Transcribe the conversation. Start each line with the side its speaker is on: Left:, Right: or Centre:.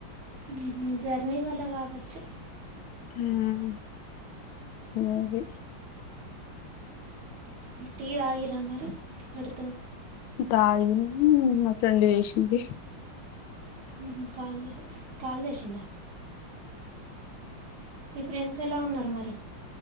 Right: మ్మ్, జర్నీ వల్ల కావచ్చు
Left: మ్మ్ ఆ
Right: టీ తాగిర్రా మరి, పెడు
Left: తాగినం మా ఫ్రెండ్ చేేషింది
Right: మ్మహ్ కాల్ని కాల్ చేషిందా మీ ఫ్రెండ్స్ ఎలా ఉన్నారు మరి